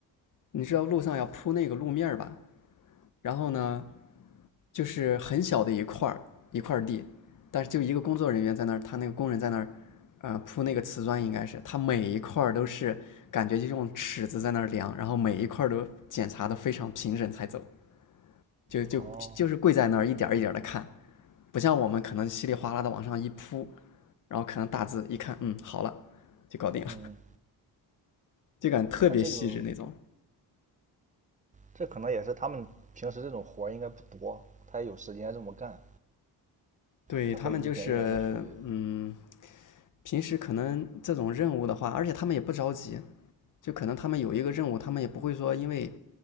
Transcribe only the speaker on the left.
你知道路上要铺那个路面儿吧？然后呢，就是很小的一块儿一块地，但是就一个工作人员在那儿，他那个工人在那儿，呃，铺那个瓷砖应该是，他每一块都是感觉就用尺子在那儿量，然后每一块都检查的非常平整才走，就就就是跪在那儿一点一点的看，
不像我们可能稀里哗啦的往上一铺，然后可能大字一看，嗯，好了，就搞定了，
就感觉特别细致那种。
对，
他们就是，嗯，平时可能这种任务的话，而且他们也不着急，就可能他们有一个任务，他们也不会说因为，